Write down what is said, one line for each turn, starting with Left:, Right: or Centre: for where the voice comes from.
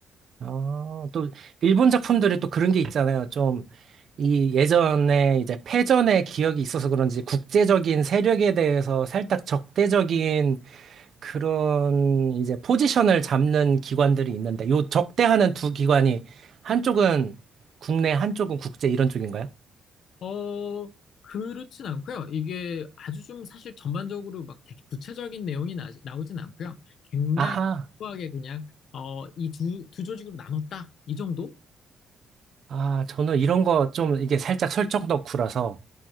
Right: 아, 또 일본 작품들이 또 그런 게 있잖아요. 좀 이 예전에 이제 패전의 기억이 있어서 그런지 국제적인 세력에 대해서 살짝 적대적인 그런 이제 포지션을 잡는 기관들이 있는데 요 적대하는 두 기관이 한쪽은 국내, 한쪽은 국제 이런 쪽인가요?
Left: 어, 그렇진 않고요. 이게 아주 좀 사실 전반적으로 막 되게 구체적인 내용이 나, 나오진 않고요. 굉장히
Right: 아하.
Left: 소소하게 그냥 어, 이 두, 두 조직으로 나눴다. 이 정도?
Right: 아, 저는 이런 거 좀 이게 살짝 설정 덕후라서